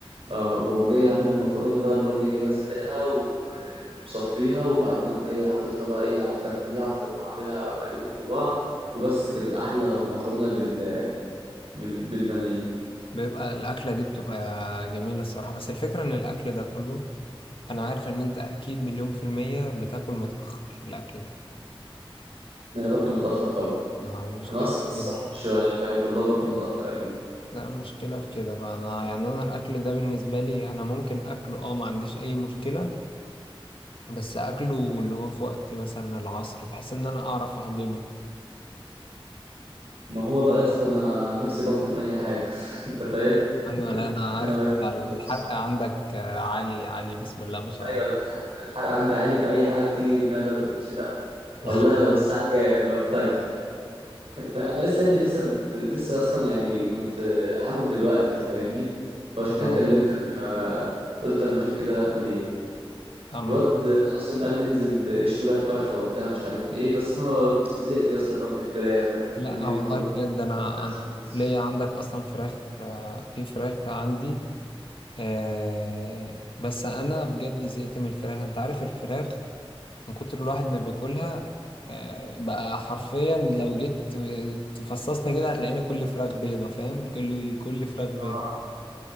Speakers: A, on the right (about 80°); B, on the left (about 65°).
A: اه واقوم جاي عامل المكرونه بقى اللي هو جاي جايبها سلقها و- ومصفيها وبعدين اقوم جاي حاططها بقى ايه على التقليع ومخ- وعاملها مقلبهم في بعض وبس كده احلى مكرونه بال... بال... بالبانيه
B: بيبقى الأكلة دي بتبقى جميلة الصراحة بس الفكرة إن الأكل ده كله أنا عارف إن أنت أكيد مليون في المية بتاكل متأخر الأكل ده
A: ما انا باكله متاخر طبعا
B: مع المشكلة
A: انا اصلا
B: في
A: لسه
B: كده
A: صاحي من شويه فاهم فاللي هو باكله متاخر اكيد
B: ده المشكلة في كده بقى أنا يعني أنا الأكل ده بالنسبة لي أنا ممكن أكله أه ما عنديش أي مشكلة بس أكله اللي هو في وقت مثلا العصر بحيث إن أنا أعرف أهضمه
A: ما هو بقى يا اسطى انا عن نفسي بهضم اي حاجه <laughs> انت فاهم
B: أيوة لا أنا عارف
A: انا ما
B: الحرق
A: بتقولش لا
B: عندك آه، عالي عالي بسم الله ما شاء
A: ايوه
B: الله
A: الحرق الحرق عندي عالي في اي حاجه بتيجي للمعده ما بتقولش لا
B: <laughs>
A: والله لو الساعه كام لو الفجر <laughs> انا لسه يا ابني لسه مت... لسه اصلا يعني كنت هاكل دلوقتي انت فاهمني فعشان
B: أه
A: كده كلمتك فقلت اما اشوف كده هاكل ايه
B: أما
A: الواد عاصم قال لي انزل اشوي لك فرخه وبتاع مش عارف ايه بس انا زهقت يا اسطى بقى من الفراخ يعني, يعني
B: لا
A: كل يوم
B: والله
A: اكل
B: بجد انا
A: فراخ
B: انا
A: ورز
B: ليا عندك اصلا فراخ آه، في فراخ عندي آه، بس انا بجد زهقت من الفراخ انت عارف الفراخ من كتر الواحد ما بياكلها آه، بقى حرفيا لو جيت تفصصني كده هتلاقيني كل فراخ بيضة فاهم كل كل فراخ بيضة
A: اه